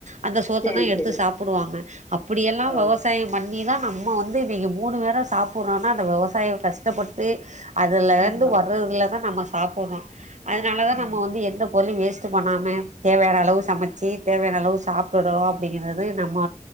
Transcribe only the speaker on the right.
அந்த சோத்த
தா எடுத்து
சாப்பிடுவாங்க அப்படியெல்லா
விவசாயோ பண்ணி தா நம்ம வந்து இன்னிக்கு மூணு பேரா சாப்பறோனா அந்த விவசாயோ கஷ்டப்பட்டு அதுலரெந்து
வர்றதுலதா நம்ம சாப்புட்றோ அதனால தா
நம்ம வந்து எந்த பொருளை வேஸ் சும்மா நாமேதேவயான அளவு சமைச்சி தேவயான அளவு சாப்புர்ரோ அப்டிங்கறது நம்ம